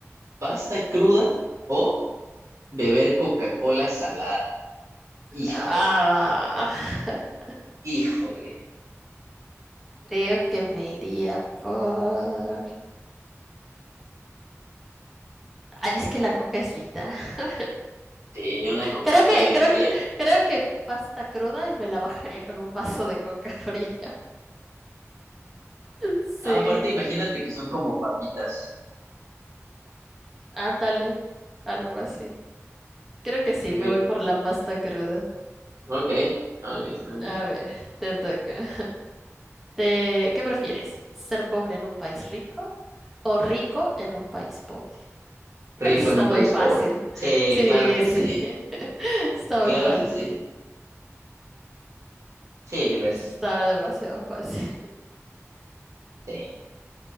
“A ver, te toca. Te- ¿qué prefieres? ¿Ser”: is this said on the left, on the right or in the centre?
Centre